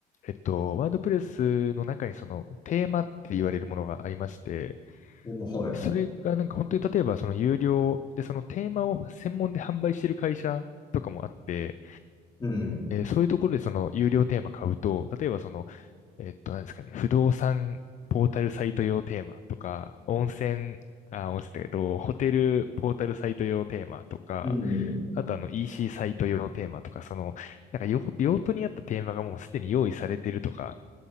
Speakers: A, on the left; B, on the left.
A: えっと、ワードプレスの中にそのテーマって言われるものがありまして、
B: でも、はい。
A: それがなんか本当に例えばその有料でそのテーマを専門で販売してる会社とかもあって、
B: うん。
A: えーそういうところでその有料テーマ買うと、例えばその、えっと、何ですかね、不動産ポータルサイト用テーマとか、温泉、あ、温泉だけど、ホテルポータルサイト用テーマとか、
B: うんうん。
A: あとあの EC サイト用テーマとか、その、なんか用、用途に合ったテーマがもうすでに用意されてるとか